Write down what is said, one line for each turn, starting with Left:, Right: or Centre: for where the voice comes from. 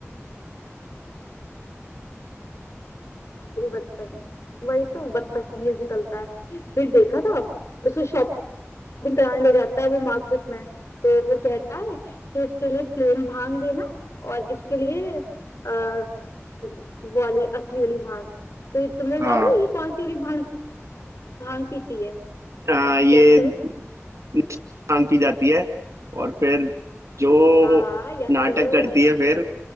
Left: वो भी बदतमीज वही तो बदतमीज निकलता है फिर देखा था उसको शॉप शॉपिंग कराने ले जाता है वो मार्केट में तो वो कहता है कि इसके लिए प्लेन भांग देना और इसके लिए अ, वो वाली असली वाली भांग तो ये तुम्हें याद
Right: हाँ
Left: है ये कौन सी वाली भांग भांग पीती है
Right: हाँ ये
Left: याद करो
Right: भांग पी जाती है और फिर जो
Left: हाँ हाँ याद
Right: नाटक
Left: करो
Right: करती
Left: याद
Right: है फिर